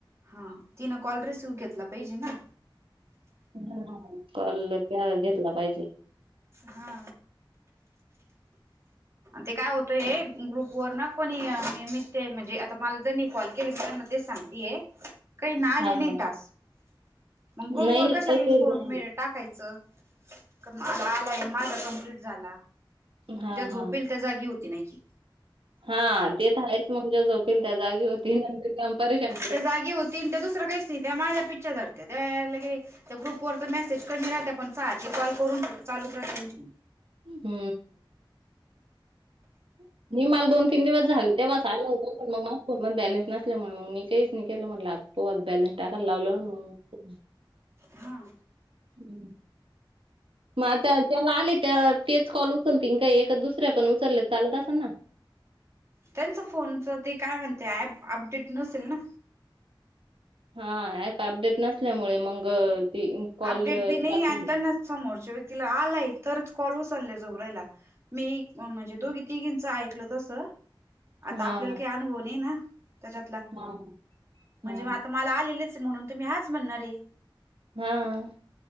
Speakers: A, on the right (about 30°); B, on the right (about 85°).
A: हा तीन कॉल रिसिव्ह घेतला पाहिजे ना.
B: हां.. कॉल घ्या घेतला पाहिजे.
A: हा... ते काय होतंय ग्रुप वर कोणी मित ते म्हणजे आता मला ज्यांनी कॉल केले मी त्यांना तेच सांग ते काही ना आले
B: हां.
A: नाही टास्क, मग
B: नाही
A: ग्रुप वर
B: नाही
A: कशाला
B: तसे
A: इम्फ
B: नाही आली.
A: टाकायचं का मला आलाय, अन माझा कंम्प्लीट झाला.
B: हा
A: ज्या झोपेल
B: हा
A: त्या जागी होती नाही की.
B: हा ते तर हायच म्हणजे जोपेल त्या जागी होतील, अन नंतर परिशन
A: त्या जागी होतील त्या दुसरं काहीच नाही, त्या माझ्या पिच्छा धरता त्या लगी त्या ग्रुप वर तर मेसेज कमी राहत्या, पण सारखी कॉल करून चालूच राहते त्यांची मग.
B: ह... नाही मला दोन तीन दिवस झाले तेव्हाच आलं होतं, पण मग माझ्या फोनमधी बॅलेन्स नसल्यामुळे मग मी काहीच नाही केलं म्हटलं आज पोआत बॅलस टाकायला लावलं अन् मंग-
A: हा.
B: ह... मग आता त्याला आले तर, तेच कॉल उचलतील काही एका दुसऱ्या पण उचलले चालत असल ना?
A: त्यांचं फोनचं ते काय म्हणते, ऍप अपडेट नसेल ना.
B: हा ऍप अपडेट नसल्यामुळे मग ती कॉल
A: अपडेट बी नाही
B: जात
A: आणि
B: नाहीत.
A: त्यांना समोरच्या व्यक्तीला आलायं, तरच कॉल उचलले जाऊ रायला. मी मग म्हणजे दोघी तिघीचं ऐकलं तसं आता
B: हा
A: आपल्याला काही अनुभव नाही ना त्याच्यातला,
B: हा हा
A: म्हणजे म आता मला आलेलेच असेल म्हणुन तुम्ही हाच म्हणणार आहे.
B: हा....